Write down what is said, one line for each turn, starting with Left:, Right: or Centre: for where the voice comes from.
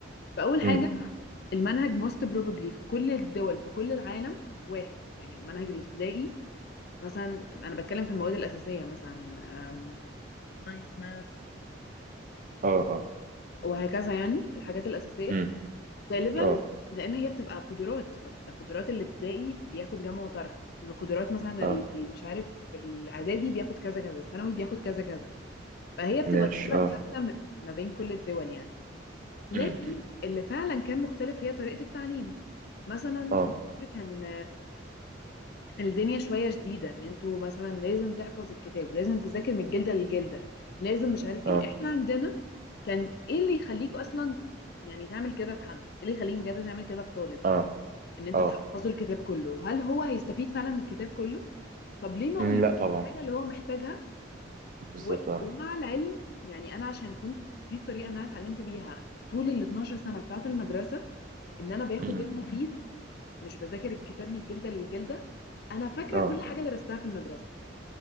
Left: فأول حاجة
Right: أمم،
Left: المنهج most probably في كل الدول في كل العالم واحد يعني المنهج الابتدائي مثلا أنا بتكلم في المواد الأساسية مثلا ساينس ماث
Right: اه اه
Left: وهكذا يعني الحاجات الأساسية
Right: أمم،
Left: غالبا
Right: اه
Left: لأن هي بتبقى قدرات فقدرات الابتدائي بياخد جمع وطرح قدرات مثلا
Right: اه
Left: ال- مش عارف الإعدادي بياخد كذا كذا الثانوي بياخد كذا كذا فهي بتبقى
Right: ماشي
Left: غالبا
Right: اه
Left: ثابتة م- ما بين كل الدول يعني لكن
Right: أمم، أمم،
Left: اللي فعلا كان مختلف هي طريقة التعليم مثلا
Right: اه
Left: في مصر كان الدنيا شوية شديدة ان انتوا مثلا لازم تحفظ الكتاب ولازم تذاكر من الجلدة للجلدة لازم مش عارف ايه
Right: اه
Left: احنا عندنا كان ايه اللي يخليك اصلا يعني تعمل كده في حد ايه اللي يخليك بجد تعمل كده في طالب
Right: اه
Left: ان انت
Right: اه
Left: تحفظه الكتاب كله هل هو هيستفيد فعلا من الكتاب كله طب ليه ما
Right: أمم،
Left: اقولهوش
Right: لا طبعا
Left: الحاجة اللي هو محتاجها
Right: بالظبط
Left: و...
Right: اه
Left: ومع العلم يعني انا عشان كنت دي الطريقة اللي انا اتعلمت بيها طول ال 12 سنة بتاعة المدرسة ان انا باخد
Right: أمم،
Left: المفيد مش بذاكر الكتاب من الجلدة للجلدة أنا فاكرة
Right: اه
Left: كل حاجة درستها في المدرسة